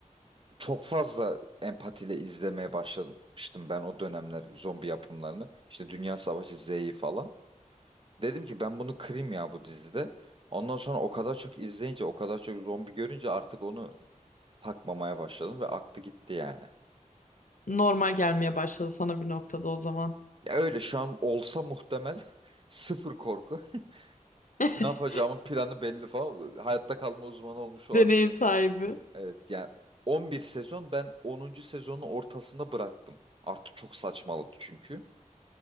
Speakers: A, on the right; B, on the left.
A: çok fazla empatiyle izlemeye başlamıştım ben o dönemler zombi yapımlarını. İşte Dünya Savaşı Z'yi falan. Dedim ki ben bunu kırayım ya bu dizide. Ondan sonra o kadar çok izleyince, o kadar çok zombi görünce artık onu takmamaya başladım ve aktı gitti yani.
B: Normal gelmeye başladı sana bir noktada o zaman.
A: Ya öyle şu an olsa muhtemel <laughs> sıfır korku. <laughs>
B: <laughs>
A: Ne yapacağımın planı belli falan. Hayatta kalma uzmanı olmuş olabilirim
B: Deneyim sahibi.
A: bir. Evet yani 11 sezon ben onuncu sezonun ortasında bıraktım. Artık çok saçmaladı çünkü.